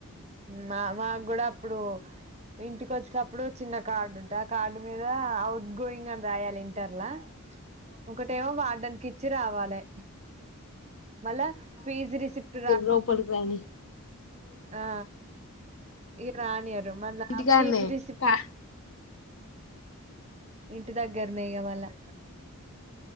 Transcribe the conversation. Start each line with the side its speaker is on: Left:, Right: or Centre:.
Right: మా మాకు కూడా అప్పుడు. ఇంటికి వచ్చేటప్పుడు చిన్న కార్డు ఉంటాది ఆ కార్డు మీద అఔట్ గోయింగ్ అని రాయాలి ఇంటర్లో ఒకటేమో వాార్డాన్ కి ఇచ్చి రావాలి. మళ్ళా ఫీజు రిసిప్ట్ రా
Left: లోపలకి రానీయరు.
Right: ఆ ఇ రానియరు మళ్ళా
Left: ఇంటికాడనే
Right: ఫీజ్ రిసిప్ట్
Left: కా
Right: ఇంటి దగ్గరనే ఇక మళ్ళా